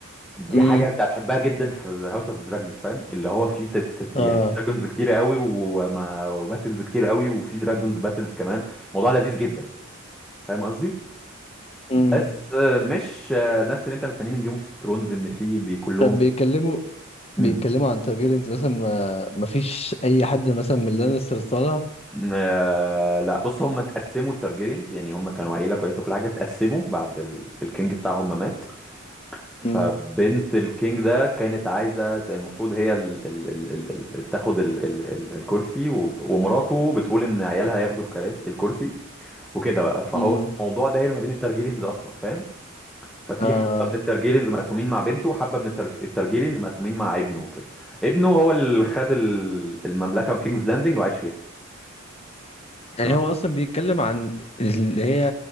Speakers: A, in the centre; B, on the left.
A: دي
B: امم
A: حاجه انت هتحبها جدا في هاوس اوف ذا دراجونز فاهم اللي هو في تت تت-
B: اه
A: يعني دراجونز كتير قوي وما وباتلز كتير قوي وفي دراجونز باتلز كمان موضوع لذيذ جدا فاهم قصدي
B: امم
A: بس آه، مش آه، نفس اللي انت مستنيه من جيم اوف ثرونز ان في بي- كلهم
B: طب بيتكلموا
A: مم.
B: بيتكلموا عن تارجيريانز مثلا ما ما فيش اي حد مثلا من لانستر طالع
A: آه لا بص هم اتقسموا التارجيريانز يعني هم كانوا عيله كويسه وكل حاجه اتقسموا بعد ال... الكينج بتاعهم ما مات فبنت
B: امم
A: الكينج ده كانت عايزة المفروض هي ال ال ال ال ال ال- تاخد ال ال ال الكرسي و- ومراته بتقول ان عيالها ياخدوا الكراسي الكرسي وكده بقى فهو
B: امم
A: الموضوع داير ما بين الترجيرينز اصلا فاهم ففي
B: اه
A: حبة من الترجيرينز مقسومين مع بنته وحبة من الترج- الترجيرينز مقسومين مع ابنه وكده ابنه هو اللي خد ال- المملكة وكينجز لاندنج وعاش فيها
B: يعني
A: تمام
B: هو اصلا بيتكلم عن اللي هي